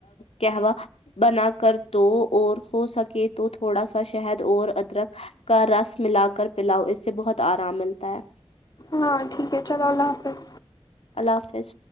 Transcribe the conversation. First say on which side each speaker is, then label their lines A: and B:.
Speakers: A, on the left (about 75°); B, on the left (about 40°).
A: کہوا بنا کر دو اور ہو سکے تو تھوڑا سا شہد اور ادرک کا رس ملا کر پلاؤ اس سے بہت آرام ملتا ہے
B: ہاں ٹھیک ہے چلو اللہ حافظ
A: اللہ حافظ